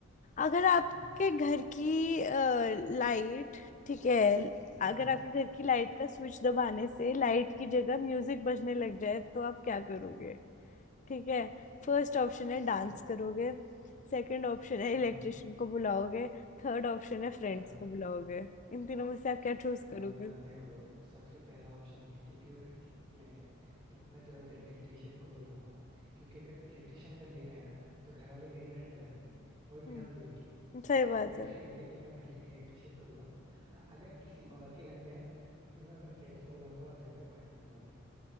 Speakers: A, on the left; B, on the right.
A: अगर आपके
B: हाँ हाँ
A: घर की लाइट ठीक है
B: हम्म
A: अगर आपके घर की लाइट का स्विच दबाने से लाइट की जगह म्यूजिक बजने लग जाए तो आप क्या करोगे ठीक है फर्स्ट ऑप्शन है
B: हम्म,
A: डांस करोगे सेकंड ऑप्शन है
B: हाँ
A: इलेक्ट्रिशियन को बुलाओगे थर्ड ऑप्शन है फ्रेंड्स
B: हाँ
A: को बुलाओगे इन तीनों में से आप क्या चूज
B: हाँ,
A: करोगे
B: देखो सबसे पहला ऑप्शन ये है क्योंकि वो घर की लाइट है तो मैं तुरंत इलेक्ट्रिशियन को बुलाऊंगा क्योंकि अगर इलेक्ट्रिशियन अगर लेट आया ना तो घर वाले मेरी बैंड बजा देंगे वो भी बिना
A: हम्म
B: म्यूजिक के
A: सही बात
B: तो बेटर
A: है
B: ये है कि मैं पहले इलेक्ट्रिशियन को बुलाऊं हाँ अगर किसी और के घर पे है तो फिर मैं अपने फ्रेंड्स को बुलाऊंगा और जम के पार्टी करूंगा फिर तो